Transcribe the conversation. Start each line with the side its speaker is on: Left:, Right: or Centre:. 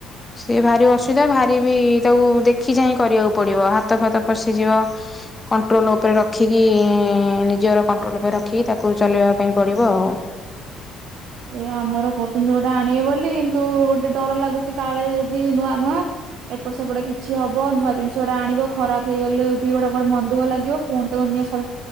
Left: ସେ ଭାରି ଅସୁବିଧା ଭାରି ବି ତାକୁ ଦେଖି ଚାହିଁ କରିବାକୁ ପଡିବ ହାତ ଫାତ ପଶିଯିବ। କଣ୍ଟ୍ରୋଲ ଉପରେ ରଖିକି ଏଁ ନିଜର କଣ୍ଟ୍ରୋଲ ଉପରେ ରଖିକି ତାକୁ ଚଲେଇବା ପାଇଁ ପଡିବ ଆଉ।
Right: <inaudible> ଏ ଆମର କଉଚନ୍ତି ଗୋଟେ ଆଣିବେ ବୋଲି କିନ୍ତୁ ଗୋଟେ ଡର ଲାଗୁଛି କାଳେ ଯଦି ନୂଆ ନୂଆ ଏପଟ ସେପଟ କିଛି ହବ ନୂଆ ଜିନିଷ ଗୋଟେ ଆଣିବ ଖରାପ ହେଇଗଲେ ବି ଗୋଟେ ମନ ଦୁଃଖ ଲାଗିବ ପୁଣି ତାକୁ <unintelligible>